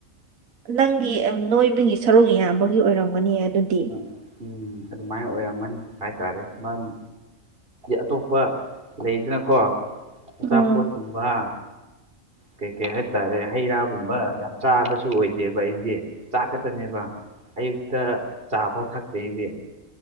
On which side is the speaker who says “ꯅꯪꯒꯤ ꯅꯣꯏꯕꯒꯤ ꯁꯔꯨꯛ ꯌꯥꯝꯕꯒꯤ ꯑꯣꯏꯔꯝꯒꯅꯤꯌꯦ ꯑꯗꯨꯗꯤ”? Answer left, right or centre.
Right